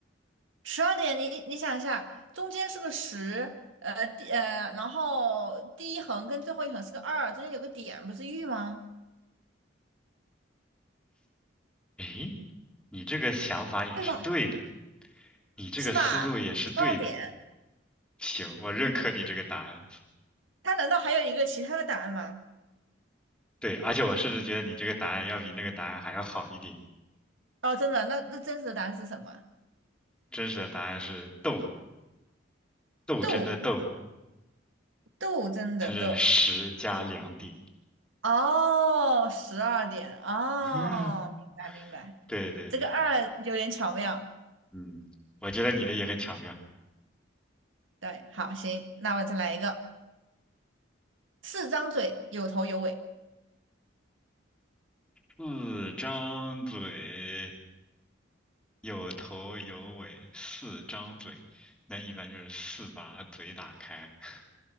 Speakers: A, on the right; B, in the centre.
A: 十二点，你你想一下，中间是个十，呃，第呃，然后第一横跟最后一横是个二，中间有个点，不是玉吗？
B: 诶，你这个想法也是对的，
A: 对吧？
B: 你这个思路也是对的。
A: 是吧？十二点，
B: 行，我认可你这个答案。
A: 它难道还有一个其他的答案吗？
B: 对，而且我甚至觉得你这个答案要比那个答案还要好一点。
A: 哦，真的，那那真实的答案是什么？
B: 真实的答案是斗，斗争的斗，
A: 斗斗争的斗。
B: 它是十加两点。
A: 哦，十二点，哦，
B: <laughs>
A: 明白明白，
B: 对对对，
A: 这个二有点巧妙。
B: 嗯，我觉得你的也很巧妙。
A: 对，好，行，那我再来一个，四张嘴，有头有尾。
B: 四张嘴，有头有尾，四张嘴，那一般就是四把嘴打开。<laughs>